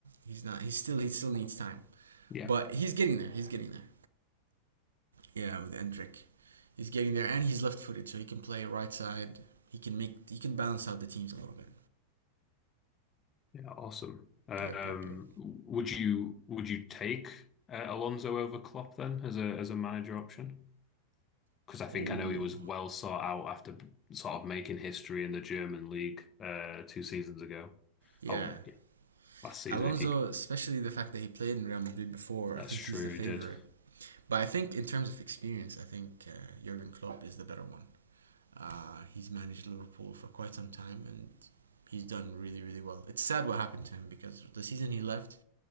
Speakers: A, on the right; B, on the left.
A: He's not. He's still. He still needs time,
B: Yeah,
A: but he's getting there. He's getting there. Yeah, with Endrick, he's getting there, and he's left-footed, so he can play right side. He can make. He can balance out the teams a little bit.
B: yeah, awesome. Um,
A: Yep, yep, yep.
B: would you would you take uh, Alonso over Klopp then as a as a manager option? because I think
A: Oh,
B: I know he was well sought out after sort of making history in the German league uh, two seasons ago.
A: yeah.
B: Oh, yeah, last season,
A: Alonso,
B: if you
A: especially the fact that he played in Real Madrid before,
B: that's
A: I think
B: true,
A: he's the favorite.
B: he did.
A: But I think in terms of experience, I think uh, Jurgen Klopp is the better one. Uh, he's managed Liverpool for quite some time and he's done really, really well. It's sad what happened to him because the season he left